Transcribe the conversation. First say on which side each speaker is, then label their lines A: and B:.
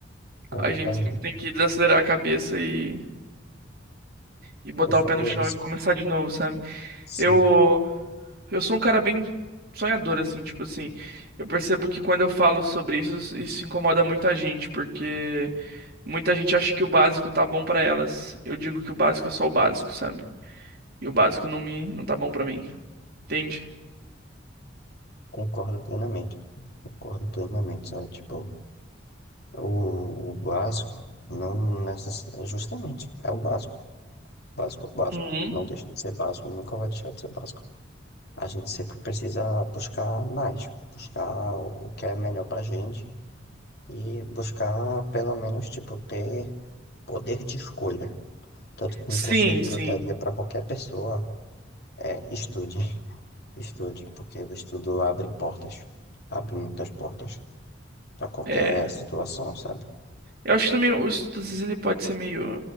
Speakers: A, on the right; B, on the left.
A: a
B: Exatamente.
A: gente sempre tem que desacelerar a cabeça e, e botar
B: Eu falo
A: o pé no chão
B: isso,
A: e começar de novo, sabe?
B: sim,
A: Eu. Eu sou um cara bem sonhador, assim, tipo assim. Eu percebo que quando eu falo sobre isso, isso incomoda muita gente, porque muita gente acha que o básico tá bom pra elas. Eu digo que o básico é só o básico, sabe? E o básico não me, não tá bom pra mim, entende?
B: concordo plenamente. Concordo plenamente, sabe? Tipo, o, o básico não necessariamente, justamente, é o básico. Básico é o básico.
A: Uhum.
B: Não deixa de ser básico, nunca vai deixar de ser básico. A gente sempre precisa buscar mais, buscar o que é melhor pra gente e buscar pelo menos tipo ter poder de escolha. Tanto que
A: Sim,
B: um conselho
A: sim.
B: que eu daria pra qualquer pessoa é estude, <laughs> estude, porque o estudo abre portas, abre muitas portas pra qualquer
A: É.
B: situação, sabe?
A: Eu acho que também o estudo, às vezes, ele pode ser meio